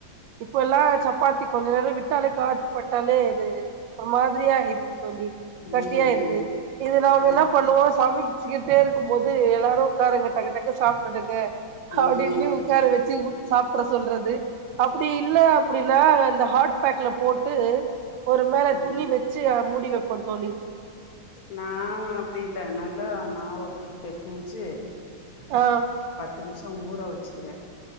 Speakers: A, on the right (about 80°); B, on the left (about 55°).
A: இப்போல்லா சப்பாத்தி கொஞ்ச நேரோ விட்டாலே காத்து பட்டாலே அது ஒரு மாதிரியா ஆயிர் தோழி கட்டியாயிருது
B: ம் ம்
A: இது நாங்க
B: ஆ
A: என்ன பண்ணுவோ சமைக் ச்சுக்கிட்டே இருக்கும் போது எல்லாரு உக்காருங்க டக்கு டக்கு சாப்ட்டுடுங்க ஹப்டின்னு
B: ம்
A: உக்கார வெச்சு ஊட் சாப்ட சொல்றது அப்டி இல்ல அப்டின்னா இந்த ஹாட் பேக்ல போட்டு ஒரு மேல
B: ம்
A: துணி வெச்சு அ மூடி வெப்போ தோழி
B: நா அப்டி இல்ல நல்லா மாவ வந்து பெசஞ்சு
A: ஆஹ்
B: து நிம்ஸோ ஊற வச்சிருவே